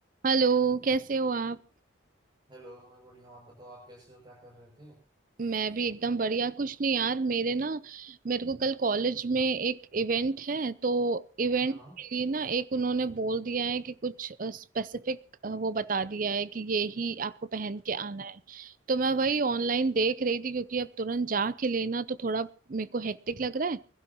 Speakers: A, on the right; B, on the right.
A: Hello कैसे हो आप
B: Hello मैं बढ़िया हूँ आप बताओ आप कैसे हो क्या कर रहे थे
A: मैं भी एकदम बढ़िया कुछ नहीं यार मेरे ना मेरे को कल कॉलेज में एक इवेंट है तो इवेंट
B: हाँ
A: के लिए ना एक उन्होंने बोल दिया है कि कुछ स्पेसिफिक वो बता दिया है कि ये ही आपको पहन के आना है तो मैं वही ऑनलाइन देख रही थी क्योंकि अब तुरंत जा के लेना तो थोड़ा मेरे को हेक्टिक लग रहा है